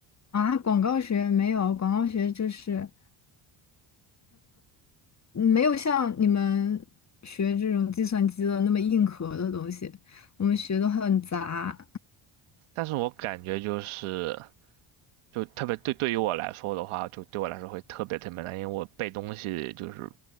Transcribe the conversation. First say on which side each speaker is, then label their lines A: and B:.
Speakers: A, on the left (about 35°); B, on the right (about 80°).
A: 啊，广告学没有，广告学就是嗯没有像你们学这种计算机的那么硬核的东西，我们学的很杂。
B: 但是我感觉就是，就特别对对于我来说的话，就对我来说会特别特别难，因为我背东西就是